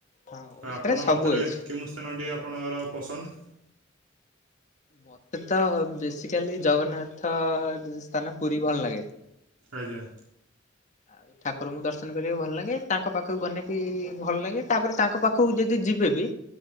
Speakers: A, on the left; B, on the right.
A: ହଁ
B: ଆଉ
A: ଓଡିଶାରେ
B: ଆପଣଙ୍କ
A: ସବୁ
B: ମତରେ
A: ଅଛି।
B: କେଉଁ ସ୍ଥାନଟି ଆପଣଙ୍କର ପସନ୍ଦ?
A: ମତେ ତ ବେସିକାଲି ଜଗନ୍ନାଥ ସ୍ଥାନ ପୁରୀ ଭଲ ଲାଗେ।
B: ଆଜ୍ଞା।
A: ଆଉ ଠାକୁରଙ୍କୁ ଦର୍ଶନ କରିବାକୁ ଭଲ ଲାଗେ, ତାଙ୍କ ପାଖକୁ ଗଲେ ବି ଭଲ ଲାଗେ, ତାପରେ ତାଙ୍କ ପାଖକୁ ଯଦି ଯିବେ ବି